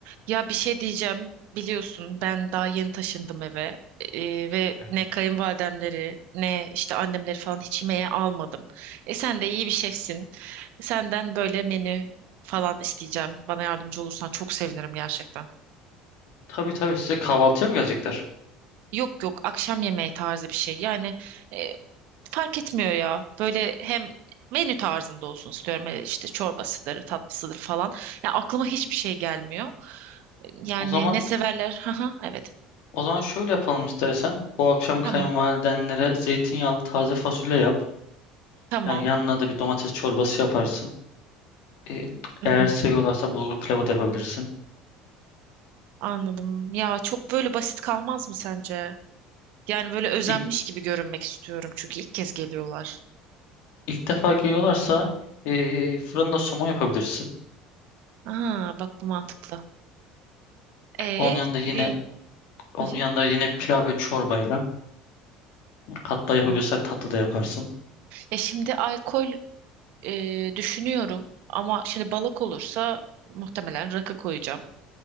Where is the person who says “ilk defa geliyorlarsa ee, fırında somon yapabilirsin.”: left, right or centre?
Left